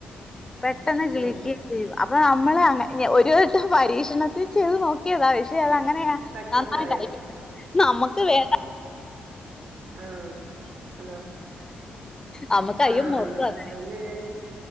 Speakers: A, on the left; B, on the right.
A: പെട്ടെന്ന് കിളിക്
B: ഓഹ്
A: ചെയ്യും. അപ്പൊ നമ്മള് അ ഒരു വട്ടം പരീക്ഷണത്തിൽ ചെയ്ത് നോക്കിയതാ പക്ഷെ അത് അങ്ങനെയാ.
B: സക്സസ്
A: നന്നായിട്ടായിരിക്കും.
B: ആയി.
A: നമ്മുക്ക് വേണ്ട
B: ആഹ്. ഹലോ,
A: നമുക്ക് അയ്യോ
B: ആഹ്
A: മൊത്തം അതാ
B: അന്ന് ഞാൻ